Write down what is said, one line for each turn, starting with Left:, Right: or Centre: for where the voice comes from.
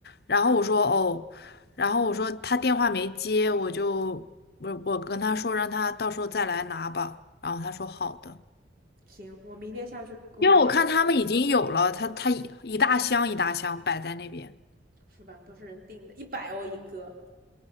Left: 然后我说哦，然后我说他电话没接，我就我我跟他说让他到时候再来拿吧，然后他说好的，
Right: 行，我明天下去，我明天去，
Left: 因为我看他们已经有了，他他一一大箱一大箱摆在那边，
Right: 是吧？都是人定的，一百欧一个，